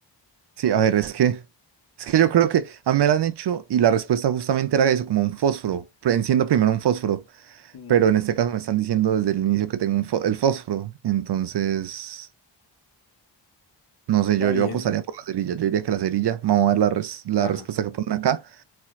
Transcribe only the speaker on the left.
mm,
está
bien.
Ajá.